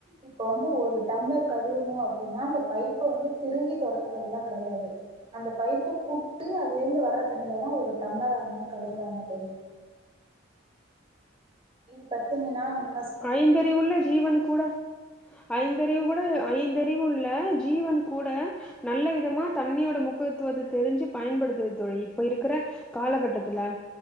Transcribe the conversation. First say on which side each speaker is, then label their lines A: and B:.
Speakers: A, on the right (about 25°); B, in the centre.
A: இப்ப வந்து ஒரு டம்ளர் கழுவணும் அப்டின்னா அந்த பைப்பை வந்து திருகி தொறக்குறது எல்லாம் கிடையாது அந்த பைப்பை புட்டு அதுலந்து வர்ற தண்ணில <unintelligible> ஒரு டம்ளர் ஆனாலும் கழுவுறாங்க தோழி இது பாத்தீங்கன்னா நம்
B: ஐந்தறிவுள்ள ஜீவன் கூட ஐந்தறிவு கூட ஐந்தறிவு உள்ள ஜீ ஜீவன் கூட நல்ல விதமா தண்ணியோட முக்கியத்துவத்த தெரிஞ்சு பயன்படுத்துது தோழி இப்ப இருக்குற காலகட்டத்துல